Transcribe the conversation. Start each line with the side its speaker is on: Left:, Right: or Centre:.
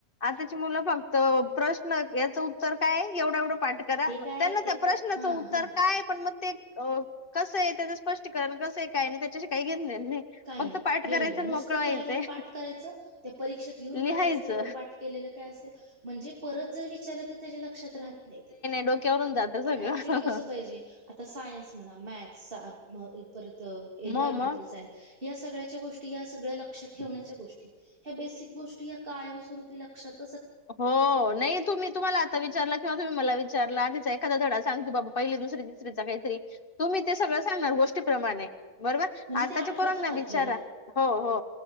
Left: आताची मुलं फक्त प्रश्न याचं उत्तर काय एवढ एवढं पाठ करा.
Right: हे काय
Left: त्यांना
Right: ते
Left: त्या
Right: काय
Left: प्रश्नाचं
Right: हा
Left: उत्तर
Right: हा
Left: काय पण मग ते अ कसं येत त्याचं स्पष्टीकरण कसं आहे काय यांना त्याच्याशी काही घेन देणं नाही.
Right: काय
Left: फक्त
Right: नाही
Left: पाठ
Right: घेणं
Left: करायचं
Right: देणं
Left: आणि
Right: नुसतं
Left: मोकळं व्हायचंय
Right: त्यावेळी पाठ करायचं त्या परीक्षेत लिहून काढायचं
Left: लिहायचं
Right: तेवढं पाठ केलेलं काय असेल म्हणजे परत जर विचारलं तर त्याच्या लक्षात राहत नाही ते.
Left: डोक्यावरून जात सगळं
Right: पण ऍक्चुली कसं पाहिजे आता सायन्स म्हणा मॅथ्स म परत एनवायरमेंटल
Left: म मग
Right: सायन्स या सगळ्याच्या गोष्टी या सगळ्या लक्षात ठेवण्याच्या गोष्टी आहेत. ह्या बेसिक गोष्टी ह्या कायमस्वरूपी लक्षात
Left: हो नाही तुम्ही तुम्हाला आता विचारल किंवा तुम्ही मला विचारला आधीचा एखादा धडा सांग की बाबा पहिली दुसरी तिसरीचा काहीतरी तुम्ही ते सगळं सांगणार गोष्टीप्रमाणे बरोबर,
Right: म्हणजे
Left: आताच्या
Right: त्या आठवतात
Left: पोरांना
Right: आपल्याला
Left: विचारा हो हो